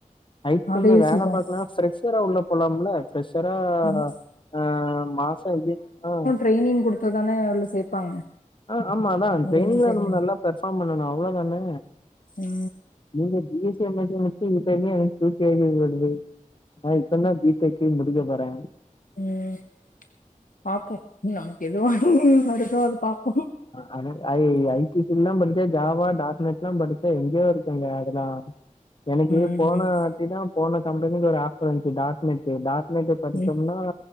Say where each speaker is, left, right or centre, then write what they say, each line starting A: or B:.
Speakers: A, on the left; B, on the left.
A: ஐ ட் கம்னெல்ல
B: அத யோசிப்பாங்க
A: வேல பாக்கலா ஃப்ரெஷரா உள்ள போலாம்ல ஃப்செஷரா
B: ம்.
A: ஆ மாசோ எப்டியு ஆ
B: ட்ரெயினிங் குடுத் த்து தானே உள்ள சேப்பாங்க
A: ஆ ஆமா அதா ட்ரெய்னிங்ல
B: உடனே சேக்க
A: நம்ம நல்லா பெர்ஃபார்ம் பண்ணணு அவ்ளோதான
B: நா
A: நீங்க B S C M S C <inaudible> எனக்கு தூக்கி வாரி போடுது நா இப்பந்தா பி டெக்கே முடிக்க போறே
B: ம் பாப்போ நமக்கு எதுவா <unintelligible> அது பாப்போ
A: ஆனாலு ஐ ஐடி ஃபீல்ட்லா படிச்சா ஜாவா டாட்னெஸ்ல்லா படிச்சா எங்கயோரு க்குங்க அதல்லா எனக்கு
B: ம்
A: போன வாட்டி தா போன கம்பெனில ஒரு ஆஃபர் வந்துச்சு டாட்நெட்டு டாட் நெட்டு படிச்சம்னா
B: ம்